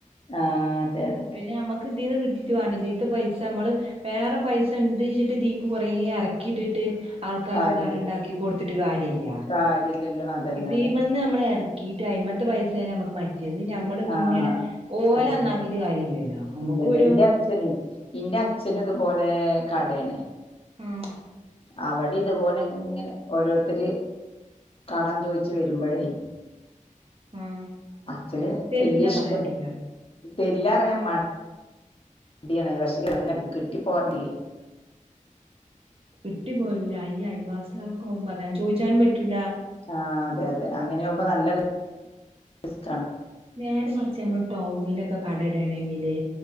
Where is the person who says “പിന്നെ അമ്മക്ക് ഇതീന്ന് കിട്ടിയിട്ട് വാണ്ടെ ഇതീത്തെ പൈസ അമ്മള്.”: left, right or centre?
Right